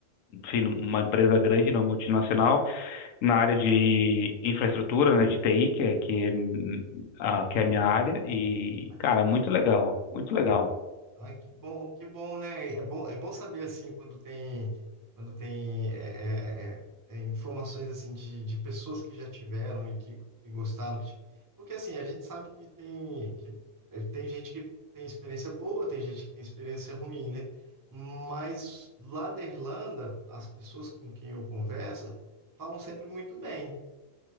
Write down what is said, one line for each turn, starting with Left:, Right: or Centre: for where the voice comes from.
Left: enfim, numa empresa grande, numa multinacional na área de infraestrutura, né, de TI, que é, que, é, hum, a, que é a minha área, e,
Right: Ah,
Left: cara,
Right: que legal.
Left: muito legal, muito legal.
Right: Ai, que bom, que bom, né? É bom, é bom saber assim quando tem quando tem é, é, é, é, informações assim de, de pessoas que já tiveram e que, que gostaram. que ti- Porque assim, a gente sabe que tem que eh, tem gente que tem experiência boa, tem gente que tem experiência ruim, né? Mas lá da Irlanda, as pessoas com quem eu converso falam sempre muito bem.